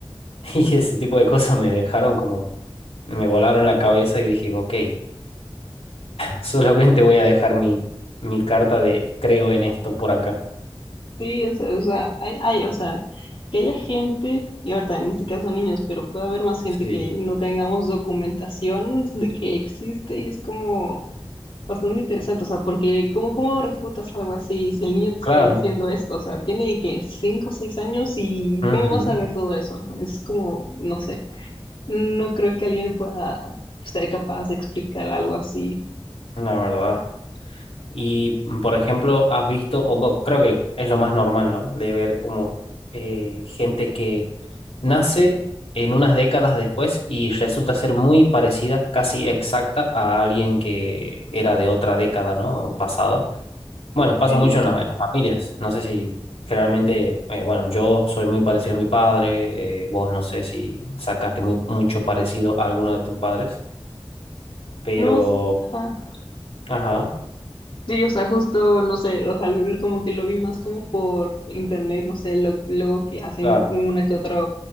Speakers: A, on the left; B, on the left.
A: <laughs> Y ese tipo de cosas me dejaron como, me volaron la cabeza y dije, ok, solamente voy a dejar mi, mi carta de creo en esto por acá.
B: Sí, o sea, o sea, hay, hay, o sea, que haya gente, y ahorita en este caso niños, pero puede haber más gente
A: Sí.
B: que no tengamos documentación de que existe y es como bastante interesante, o sea, porque ¿cómo, cómo refutas algo así si el niño te
A: Claro,
B: está diciendo esto? O sea, tiene que cinco o seis años y
A: ujú,
B: ¿cómo vas a ver todo eso? Es como, no sé, no creo que alguien pueda ser capaz de explicar algo así.
A: La verdad. Y, mm, por ejemplo, has visto, o bueno, creo que es lo más normal, ¿no? De ver como eh, gente que nace en unas décadas después y resulta ser muy parecida, casi exacta, a alguien que era de otra década, ¿no? Pasada. Bueno, pasa
B: Sí,
A: mucho en, la- en las familias. No sé si generalmente, eh, bueno, yo soy muy parecido a mi padre, eh, vos no sé si sacaste muy, mucho parecido a alguno de tus padres, pero...
B: No, sí, ajá.
A: Ajá,
B: Sí, o sea, justo, no sé, o sea, lo- como que lo vi más como por internet, no sé, lo, luego que hacen
A: claro,
B: una que otra